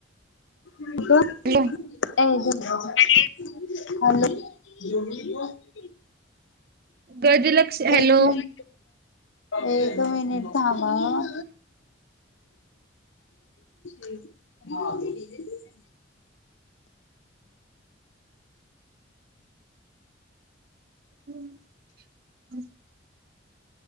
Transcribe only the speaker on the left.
<unintelligible>
hello. <unintelligible>
एक मिनिट एक मिनिट थांबा हां. <unintelligible>